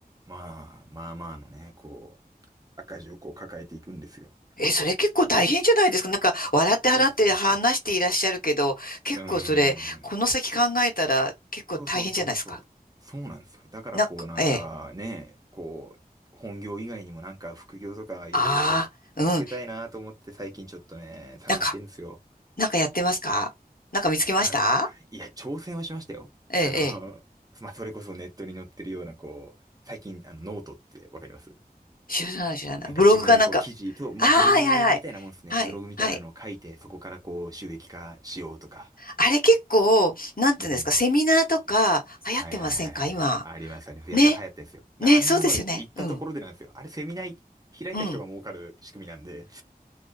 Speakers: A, on the right; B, on the left.
A: まあまあまあのね、こう、赤字をこう抱えていくんですよ。
B: え、それ結構大変じゃないですか。なんか、笑って払って話していらっしゃるけど、
A: そうそうそう。
B: 結構それ、
A: うーん。
B: この先考えたら結構大変じゃないですか。
A: そうそうそうそう。そうなんですよ。だからこうなんかね、
B: なんか、ええ。
A: こう、本業以外にもなんか副業とかいろいろ見つけたいなと思って最近ちょっとね、
B: ああ、うん。
A: 探してんですよ。
B: なんか、なんかやってますかなんか見つけました
A: あーいや、挑戦はしましたよ。
B: ええ、
A: あの、
B: ええ。
A: <laughs> まあ、それこそネットに載ってるようなこう、最近あのノートってわかります
B: 知らない、知らない。
A: なんか自分でこう記事と、
B: ブログかなんか。
A: まあ、
B: ああ、
A: ブログみたいなもんですね。
B: はいはいはい。はい、
A: ブログみたいなのを書いて、
B: はい。
A: そこからこう収益化しようとか。
B: あれ結構、なんていうんですか、
A: うん
B: セミナーとか流行ってませんか今。
A: はいはいはいはいはい。ありましたね。やたら流行ってんですよ。
B: ね。ね、
A: あんなの行ったところでなんですよ。
B: そうですよね。うん。
A: あれ、セミナー開いた人が儲かる仕組みなんで。
B: うん。